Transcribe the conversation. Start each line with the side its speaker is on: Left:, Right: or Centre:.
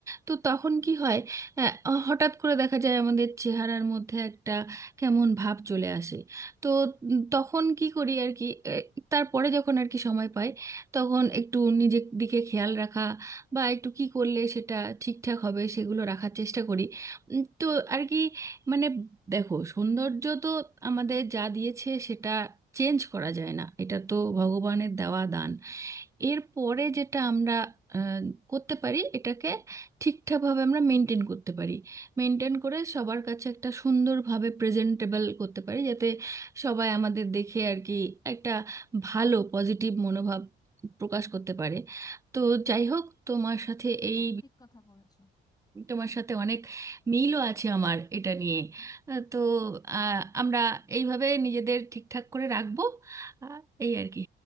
Right: তো তখন কি হয় আহ, হঠাৎ করে দেখা যায় আমাদের চেহারার মধ্যে একটা কেমন ভাব চলে আসে তো উম, তখন কি করি আর কি আহ, তারপরে যখন আর কি সময় পাই তখন একটু নিজের দিকে খেয়াল রাখা বা একটু কি করলে সেটা ঠিকঠাক হবে সেগুলো রাখার চেষ্টা করি উম, তো আর কি মানে দেখো সৌন্দর্য তো আমাদের যা দিয়েছে সেটা চেঞ্জ করা যায় না এটা তো ভগবানের দেওয়া দান এরপরে যেটা আমরা আহ, করতে পারি এটাকে ঠিকঠাকভাবে আমরা মেনটেন করতে পারি মেনটেন করে সবার কাছে একটা সুন্দরভাবে প্রেজেন্টেবল করতে পারি যাতে সবাই আমাদের দেখে আর কি একটা ভালো পজিটিভ মনোভাব প্রকাশ করতে পারে তো যাই হোক তোমার সাথে
Left: একদম
Right: এই
Left: ঠিক কথা বলেছ
Right: তোমার সাথে অনেক মিলও আছে আমার এটা নিয়ে আহ, তো আহ, আমরা এইভাবে নিজেদের ঠিকঠাক করে রাখবো আহ, এই আর কি